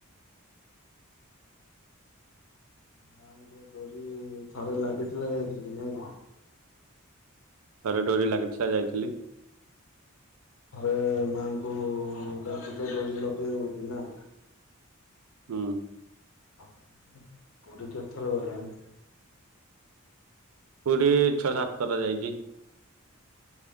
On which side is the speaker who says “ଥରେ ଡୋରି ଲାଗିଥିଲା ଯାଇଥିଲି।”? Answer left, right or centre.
Right